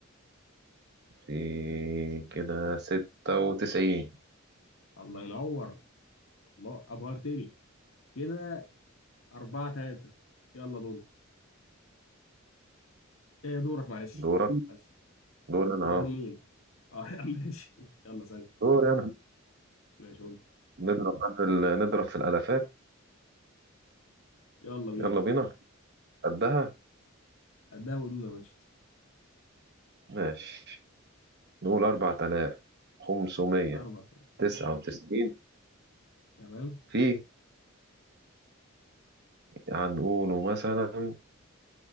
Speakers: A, on the right; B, on the left.
A: في كده ستة وتسعين
B: الله ينور الله ابهرتني كده أربعة ثلاثة يلا دوري إيه دورك معلش
A: دورك
B: معلش
A: دور أنا
B: هو دور
A: أه
B: مين؟ اه <laughs> يا عم ماشي يلا سلام
A: دور أنا
B: ماشي قول لي.
A: نضرب بقى في ال... نضرب في الألفات
B: يلا بينا
A: يلا بينا قدها
B: قدها ودود يا باشا
A: ماشي نقول أربعة آلاف خمسمية
B: أربع ثلاثة
A: تسعة وتسعين
B: تمام
A: في هنقوله مثلا